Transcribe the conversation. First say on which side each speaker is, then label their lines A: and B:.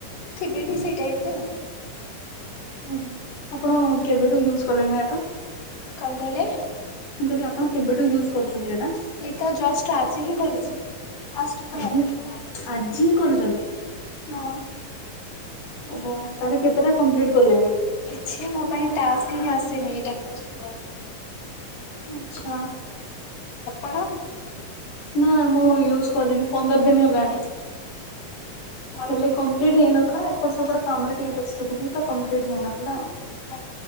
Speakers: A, on the left; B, on the left.
A: ଥିବି ବି ସେଇ ଟାଇମ ରେ ଆଉ।
B: ଓ ଆପଣ କେବେଠୁ ୟୁଜ୍ କଲେଣି ଏଟା?
A: କଣ କହିଲେ?
B: ମୁଁ କହିଲି ଆପଣ କେବେଠୁ ୟୁଜ୍ କରୁଛନ୍ତି ଏଟା?
A: ଏଇ ତ ଜଷ୍ଟ ଆଜି ହିଁ କରିଛି ଫାଷ୍ଟ କଲ୍
B: ଆଜି।
A: ଆପଣଙ୍କର ଆସିଛି।
B: ଆଜି ହିଁ କରୁଛନ୍ତି
A: ନୋ
B: ଓହୋ! ତାହାଲେ କେତେଟା କମ୍ପ୍ଲିଟ୍ କଲେଣି?
A: କିଛି ମୋ ପାଇଁ ଟାସ୍କ ହିଁ ଆସିନି ଏଇଟା ଫାଷ୍ଟ କଲ୍।
B: ଆଚ୍ଛା।
A: ଆପଣ
B: ନା ମୁଁ ୟୁଜ୍ କଲିଣିି ପନ୍ଦର ଦିନ ହେଲାଣି।
A: କଲ୍
B: ହେଲେ
A: କେତେଟା
B: କମ୍ପ୍ଲିଟ୍
A: କମ୍ପ୍ଲିଟ
B: ହେଇନଥିଲା ଏପଟ ସେପଟ କାମରେ ଟିକେ ବ୍ୟସ୍ତ ଥିଲି ତ କମ୍ପ୍ଲିଟ୍ ହେଇନଥିଲା।
A: ଓହୋ!